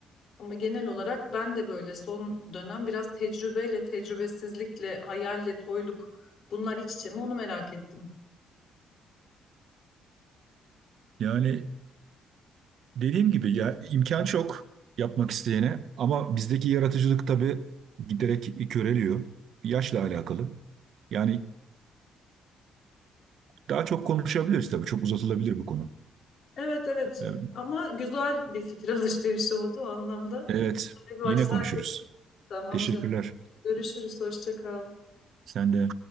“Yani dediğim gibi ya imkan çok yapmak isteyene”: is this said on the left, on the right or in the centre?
Right